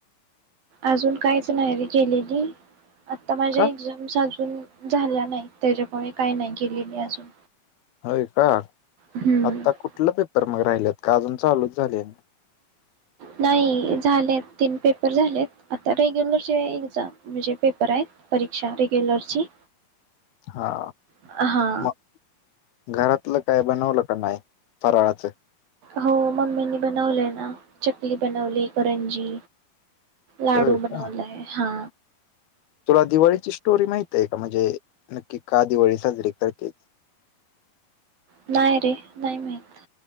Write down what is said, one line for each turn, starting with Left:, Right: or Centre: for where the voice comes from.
Right: अजून कायच नाही रे केलेली. आता माझ्या
Left: का?
Right: एक्झाम चालू तून झाल्या नाही त्याच्यामुळे काय नाही मी केलेली अजून
Left: होय का
Right: हम्म
Left: आता कुठलं पेपर मग राहिल्यात? का अजून चालूच झाले?
Right: नाही झालेत तीन पेपर झालेत आता रेग्युलरचे एग्जाम म्हणजे पेपर आहेत परीक्षा रेग्युलरची
Left: हा
Right: हा
Left: मग घरातलं काय बनवलं का नाही फराळाचे
Right: हो मम्मीनी बनवलंय ना चकली बनवली करंजी लाडू
Left: होय का?
Right: बनवलाय हा
Left: तुला दिवाळीची स्टोरी माहिते आहे का म्हणजे की का दिवाळी साजरी करतेत?
Right: नाही रे नाही माहित.